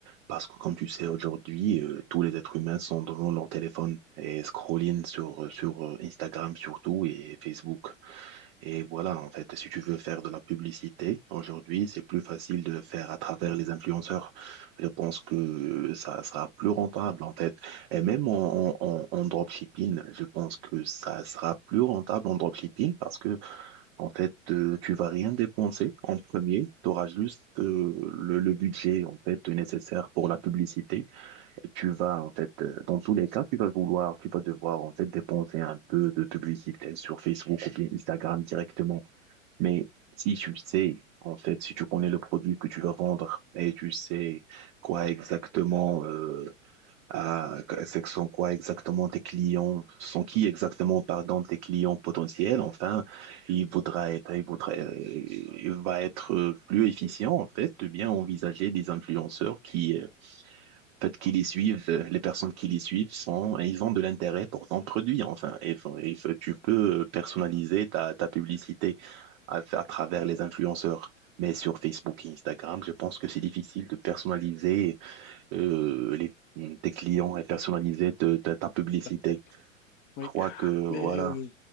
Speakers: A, on the right; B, on the left.
A: Parce que comme tu sais, aujourd'hui, euh, tous les êtres humains sont devant leur téléphone et scrolling sur, sur euh, Instagram surtout et Facebook. Et voilà, en fait, si tu veux faire de la publicité, aujourd'hui, c'est plus facile de le faire à travers les influenceurs. Je pense que euh, ça sera plus rentable, en fait. Et même en, en, en en dropshipping, je pense que ça sera plus rentable en dropshipping parce que en fait, euh, tu vas rien dépenser en premier. Tu auras juste euh, le, le budget en fait nécessaire pour la publicité. Tu vas en fait, euh, dans tous les cas, tu vas vouloir, tu vas devoir en fait dépenser un peu de publicité sur Facebook ou bien Instagram directement. Mais si tu sais en fait, si tu connais le produit que tu vas vendre et tu sais quoi exactement, euh, euh, que- c'est que sont quoi exactement tes clients, sont qui exactement, pardon, tes clients potentiels. Enfin, il voudra être, il voudra, euh, il va être euh, plus efficient, en fait, de bien envisager des influenceurs qui, euh, en fait, qui les suivent, euh, les personnes qui les suivent sont, ils ont de l'intérêt pour ton produit, enfin, et, f- et f- tu peux euh, personnaliser ta, ta publicité à, à travers les influenceurs. Mais sur Facebook et Instagram, je pense que c'est difficile de personnaliser euh, les, tes clients et personnaliser te- ta, ta publicité.
B: Parfait.
A: Je
B: Oui,
A: crois que voilà,
B: mais euh,